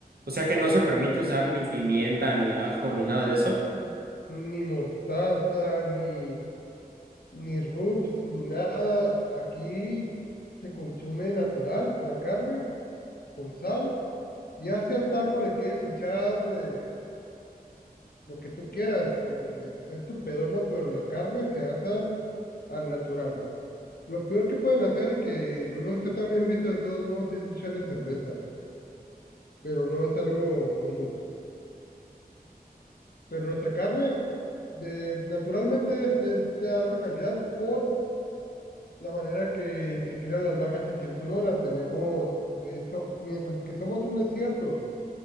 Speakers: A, on the right (about 75°); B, on the left (about 70°).
A: O sea que no
B: porque
A: se permite usar ni pimienta, ni ajo, ni nada de eso.
B: ni mostaza, ni, ni rubs, ni nada. Aquí se consume natural la carne con sal. Ya sea el taco le quieres echar eh, lo que tú quieras, mm, es, es tu pedo, ¿no? Pero la carne se hace al natural. Lo peor que pueden hacer y que no está tan bien visto de todos modos es echarle cerveza, pero no es algo común. Pero nuestra carne de, naturalmente es, es de alta calidad por la manera que se crían las vacas aquí en Sonora. Tenemos, eso, mientras que somos un desierto,